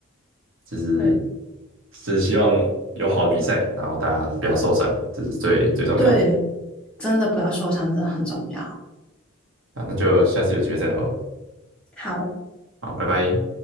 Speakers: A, on the right (about 65°); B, in the centre.
A: 就是
B: 对
A: 只是希望有好的比赛，然后大家不要受伤，这是最最重要
B: 对，真的不要受伤，真的很重要。
A: 啊。那就下次有机会再聊了，
B: 好。
A: 好，拜拜。